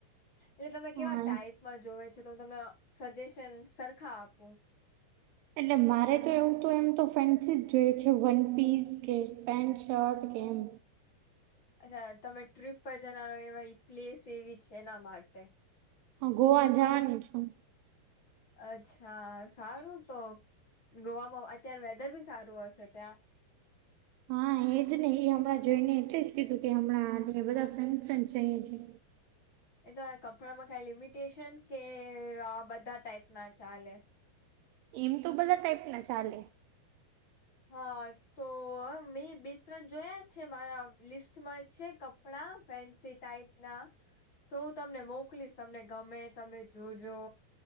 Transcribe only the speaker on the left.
એટલે તમે કેવા
ટાઈપમાં જોવે છે, તો હું તમને સજેશન સરખા આપું.
અછા તમે ટ્રીપ પર જનારો એવા ઇ પ્લેસ એવી છે એના માટે.
અચ્છા, સારું તો ગોવામાં અત્યારે વેધર બી સારું હશે ત્યાં.
એ તો કપડામાં કાઈ લિમિટેશન? કે આ બધા ટાઈપ ના ચાલે.
હા, તો અરે મેં બે ત્રણ જોયા છે, મારા લિસ્ટમાં છે કપ પડાં ફેન્સી ટાઈપ ના. તો હું તમને મોકલીશ, તમને ગમે તમે જોજો.